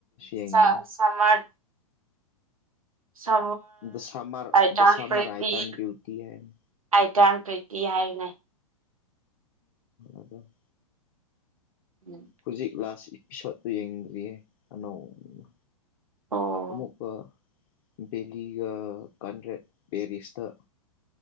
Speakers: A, on the left; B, on the right.
A: ꯌꯦꯡꯕꯅꯦ
B: <unintelligible> ꯁꯃꯥꯔ ꯁ
A: ꯗ ꯁꯝꯃꯔ
B: ꯑꯥꯏꯇꯥꯡ
A: ꯗ ꯁꯝꯃꯔ
B: ꯄꯔꯤꯇ
A: ꯑꯥꯏ
B: <inaudible> <unintelligible>
A: ꯇꯟ ꯕ꯭ꯌꯨꯇꯤ ꯍꯥꯏꯅ
B: ꯑꯇꯥꯟ ꯄꯔꯤꯇꯤ ꯍꯥꯏꯅꯦ
A: ꯑꯗ <inaudible>
B: ꯎꯝ <unintelligible> <inaudible>
A: ꯍꯧꯖꯤꯛ ꯂꯥꯁ ꯏꯄꯤꯁꯣꯠꯇꯨ ꯌꯦꯡꯗ꯭ꯔꯤꯌꯦ ꯑꯅꯧꯅ
B: ꯑꯣ
A: ꯑꯃꯨꯛꯀ ꯕꯦꯂꯤꯒ ꯀꯥꯟꯗ꯭ꯔꯦꯠ ꯄꯦꯔꯤꯁꯇ